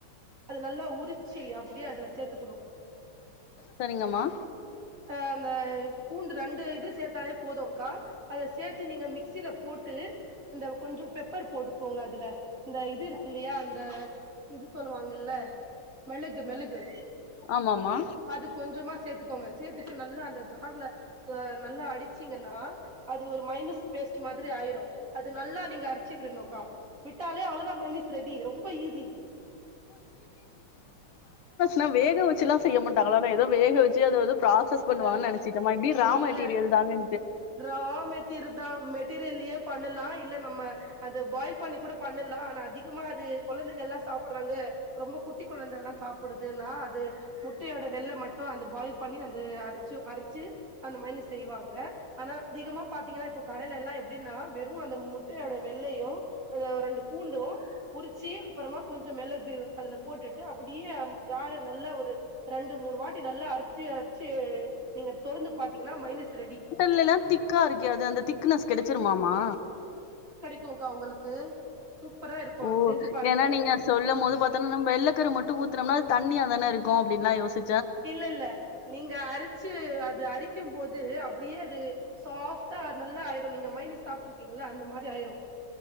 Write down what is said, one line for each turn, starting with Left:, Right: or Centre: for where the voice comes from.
Right: அது நல்லா உரிச்சி அப்டியே அதுல சேத்துக்குணு
Left: சரிங்கம்மா
Right: அ அந்த பூண்டு ரெண்டு இது சேத்தாலே போதுங்கா அத சேத்து நீங்க மிக்சில போட் ட்டு அந்த கொஞ்சோ பெப்பர் போட்டுக்கோங்க அதுல இந்த இது இருக்கு இல்லையா அந்த இது சொல்லுவாங்கல்ல மிளகு மிளகு
Left: ஆமாமா
Right: அது கொஞ்சமா சேத்துக்கோங்க ட்டு நல்லா அந்த ஜார்ல நல்லா அடிச்சீங்கன்னா அது ஒரு மைனஸ் பேஸ்ட்டு மாதிரி ஆயி ரு அது நல்லா நீங்க அரச்சி விடணுக்கா விட்டாலே அவ்வளோதா மேனிஸ் ரெடி ரொம்ப ஈஸி
Left: னா வேக வச்சுலா செய்ய மாட்டாங்களா ஏதோ வேக வச்சு அத வந்து ப்ராசஸ் பண்ணுவான்
Right: இல்ல
Left: நனச்சிட்டமா இப்டி ரா
Right: இல்ல
Left: மெட்டீரியல் தான
Right: ரா மெட்டிரு தா மெட் மெட்டீரியல்லயே பண்ணலா இல்ல நம்ம அத பாய்ல் பண்ணி கூட பண்ணலாம் ஆனா அதிக கமா அது குழந்தைங்க எல்லா சாப் புட்றாங்க ரொம்ப குட்டி குழந்த எல்லா சாப்டுதுன்னா அது முட்டையோட வெள்ள மட்டு அந்த பாயில் பண்ணி அந் து அடிச்சு அரிச்சு அந்த மயேனஸ் செய்வாங்க ஆனா அதிகமா பாத்தீங்கன்னா இப்ப கடலைலல்லா எப்டின்னா வெறு அந்த முட்டோட வெள்ளையு ரெண்டு பூ பூண்டு உரிச்சி அப்றமா கொஞ்சோ மெளகு அதுல போட்டுட்டு அப்டியே ஜாரு நல்ல ஒரு ரெண்டு மூணு வாட்டி நல்லா அரிச்சு அரிச்சு நீங்க தொறந்து பாத் தீங்ன்னா மைனஸ் ரெடி
Left: ல்லலா திக்கா இருக்கே அது அந்த திக்னஸ் கெடச்சிருமாமா
Right: கா உங்களுக்கு சூப்பரா இருக்கு
Left: ஓ
Right: செஞ்சு பாருங்க
Left: ஏன்னா நீங்க சொல்லும் போது பாத்தோனா நம்ம ஏள்ள தர் மட்டு ஊத்தனம்னா ஆது தண்ணியா தான இருக்கு அப்டின்ல்லாம் யோசி
Right: இல்லல்ல நீங்க அரிச்சு அது அரிக்கும்போது அப்டியே அது சாஃப்டா நல்லா ஆய்ரு நீங்க மைனஸ் சாப்ட்டுருக்கீங்களா அந்த மாரி ஆய்ரு